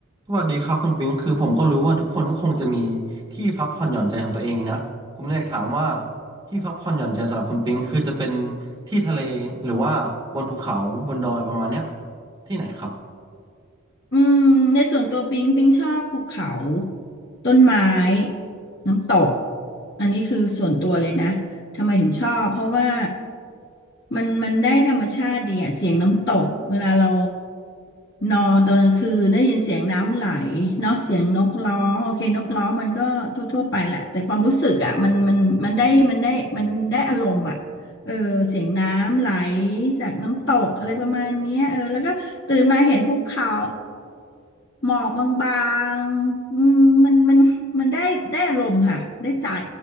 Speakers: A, on the right; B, on the left.
A: สวัสดีครับคุณปิงคือผมก็รู้ว่าทุกคนก็คงจะมีที่พักผ่อนหย่อนใจของตัวเองนะผมเลยอยากถามว่าที่พักผ่อนหย่อนใจสำหรับคุณปิงคือจะเป็นที่ทะเลหรือว่าบนภูเขาบนดอยประมาณเนี้ยที่ไหนครับ
B: อืมในส่วนตัวปิงปิงชอบภูเขาต้นไม้น้ำตกอันนี้คือส่วนตัวเลยนะทำไมถึงชอบเพราะว่ามันมันได้ธรรมชาติดีอะเสียงน้ำตกเวลาเรานอนตอนกลางคืนได้ยินเสียงน้ำไหลเนาะเสียงนกร้องโอเคนกร้องมันก็ทั่วๆไปแหละแต่ความรู้สึกอะมันมันมันได้มันได้มันได้อารมณ์อะ เออเสียงน้ำไหลจากน้ำตกอะไรประมาณเนี้ยเออแล้วก็ตื่นมาเห็นภูเขาหมอกบางๆอืมมันมันมันได้ได้อารมณ์ค่ะได้ใจ